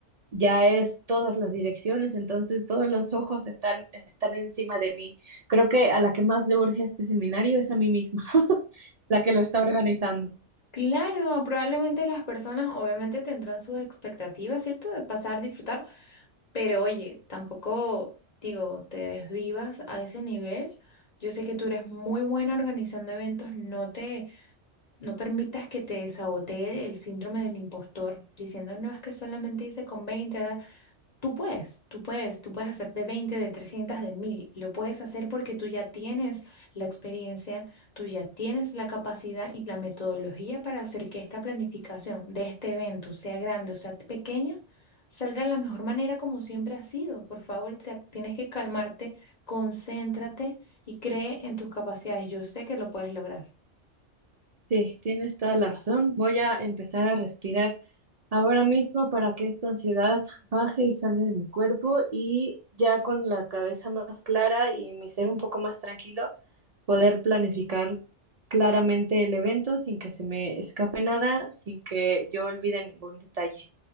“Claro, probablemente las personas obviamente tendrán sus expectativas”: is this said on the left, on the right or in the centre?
Left